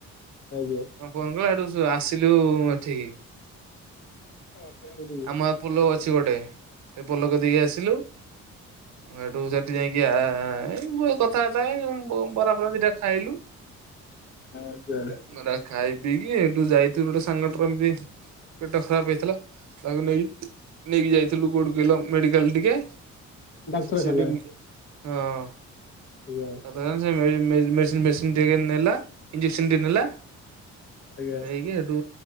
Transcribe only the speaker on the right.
ହଁ ଫୋନ କଲା ହେଠୁ ଆସିଲୁ ଏଠିକି।
ଆମ ପୋଲ ଅଛି ଗୋଟେ ସେ ପୋଲକୁ କତିକି ଆସିଲୁ। ହେଠୁ ସେଠି ଯାଇକି ଆ ଇ କ କଥା ବାଥା ଏ ବରାଫରା ଦିଟା ଖାଇଲୁ
ରା ଖାଇପିଇକି ହେଠୁ ଯାଇଥିଲୁ ଗୋଟେ ସାଙ୍ଗ ଏମିତି ପେଟ ଖରାପ ହେଇଥିଲା ତାକୁ ନେଇକି ନେଇକି ଯାଇଥିଲୁ କଉଠି କହିଲ ମେଡିକାଲ ଟିକେ
ସେଠି ହଁ
<inaudible> ମେଡିସିନ୍ ଫେଡିସିନ୍ ଟିକେ ନେଲା। ଇଞ୍ଜେକ୍ସନ ଟେ ନେଲା
ନେଇକି ହେ ସେଠୁ